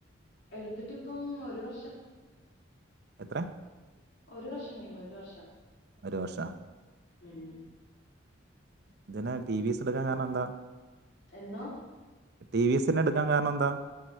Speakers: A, on the left; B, on the right.
A: എടുത്തിട്ട് ഇപ്പം ഒരു വർഷം
B: എത്ര
A: ഒരു വർഷം കഴിഞ്ഞു ഒരു വർഷം
B: ഒരു വർഷം
A: ഉം
B: ഇതിനെ ടി വിസ് എടുക്കാൻ കാരണം എന്താ
A: എന്തോ
B: ടി വിസി എടു ടുക്കാൻ കാരണം എന്താ